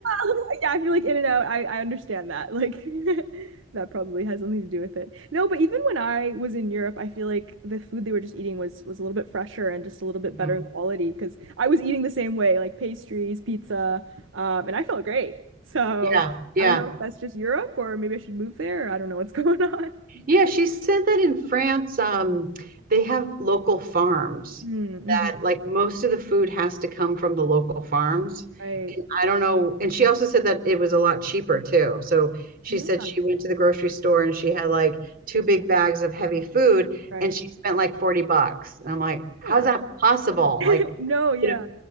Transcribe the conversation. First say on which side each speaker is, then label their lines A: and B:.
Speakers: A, on the right; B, on the right.
A: Well, Yeah, I feel like In and Out, I, I understand that. Like <laughs> that probably has something to do with it. No, but even when I was in Europe, I feel like the food they were just eating was was a little bit fresher and just a little bit
B: <laughs>
A: better in quality because I was eating the same way, like pastries, pizza, um, and I felt great. So
B: Yeah, yeah.
A: I don't know if that's just Europe or maybe I should move there. Or I don't know what's <laughs> going on.
B: Yeah, she said that in France, um, they have local farms
A: Mm-hmm.
B: that like most of the food has to come from the local farms.
A: Right.
B: And I don't know. And she also said that it was a lot cheaper too. So she
A: Yeah,
B: said she went to the grocery store and she had like two big bags of heavy food
A: right.
B: and she spent like 40 bucks. And I'm like, how's
A: Yeah.
B: that possible?
A: <laughs>
B: Like,
A: No, yeah.
B: you know,